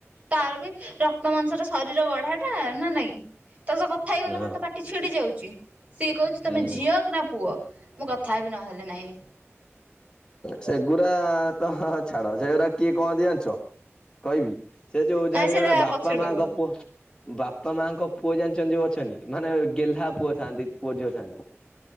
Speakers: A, on the right; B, on the left.
A: ତାର ବି ରକ୍ତ ମାଂସର ଶରୀର ଗଢା ଟା ନା ନାଇଁ? ତା ସହ କଥା ହେଇଗଲେ
B: ହଁ
A: କଣ ତୋ ପାଟି ଛିଡି ଯାଉଚି ସିଏ କୋହୁଚି ତମେ
B: ହୁଁ ହୁଁ
A: ଝିଅ କି ନା ପୁଅ? ମୁଁ କଥା ହେବି ନହେଲେ ନାଇଁ।
B: ସେଗୁଡା ତ ଛାଡ ସେଉରା କିଏ କୁହନ୍ତି ଜାଣିଚ? କହିବି ସେ ଯୋଉ
A: ନାଇଁ
B: ଯାହା ଗୁ
A: ସେଇଟା
B: ଯା ବାପା
A: ପଛରେ କହିବ
B: ମାଆଙ୍କ ପୁଅ ବାପା ମାଆଙ୍କ ପୁ ପୁଅ ଜାଣିଛନ୍ତି ଯୋଉ ଅଛନ୍ତି ମାନେ ଗେହ୍ଲା ପୁଅ ଥାଆନ୍ତି ପୁଅ ଝିଅ ଥାଆନ୍ତି।